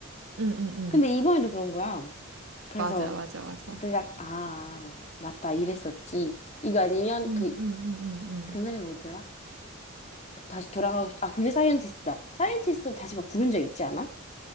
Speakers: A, on the right (about 75°); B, on the left (about 35°).
A: 응응응
B: 근데 이번에도 그런 거야. 그래서
A: 맞아 맞아 맞아
B: 그때 딱, 아, 맞다, 이랬었지. 이거 아니면
A: 응응응응응
B: 그, 그 노래 뭐더라? 그 다시 돌아가고 싶, 아, 그게 사이언티스트다. 사이언티스트 다시 막 부른 적 있지 않아?